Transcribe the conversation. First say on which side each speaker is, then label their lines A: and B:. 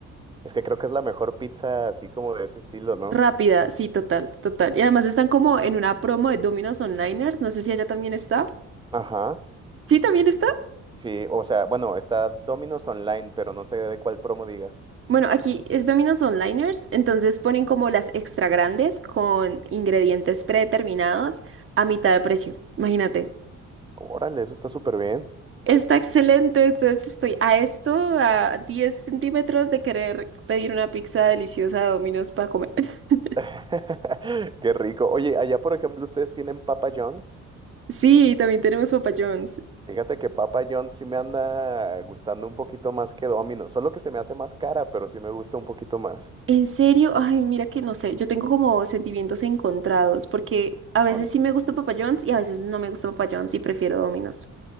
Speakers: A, on the right (about 15°); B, on the right (about 45°).
A: Es que creo que es la mejor pizza así como de ese estilo, ¿no?
B: Rápida, sí, total, total. Y además están como en una promo de Domino's Onliners, no sé si allá también está.
A: Ajá,
B: Sí, también está.
A: sí, o sea, bueno, está Domino's Online, pero no sé de cuál promo digas.
B: Bueno, aquí es Domino's Onliners, entonces ponen como las extra grandes con ingredientes predeterminados a mitad de precio. Imagínate.
A: Órale, eso está súper bien.
B: Está excelente, entonces estoy a esto, a diez centímetros de querer pedir una pizza deliciosa de Domino's para comer. <laughs>
A: <laughs> Qué rico. Oye, allá por ejemplo, ¿ustedes tienen Papa John's?
B: Sí, también tenemos Papa John's.
A: Fíjate que Papa John's sí me anda gustando un poquito más que Domino, solo que se me hace más cara, pero sí me gusta un poquito más.
B: En serio, ay, mira que no sé, yo tengo como sentimientos encontrados, porque a veces
A: ¿O no?
B: sí me gusta Papa John's y a veces no me gusta Papa John's y prefiero Domino's.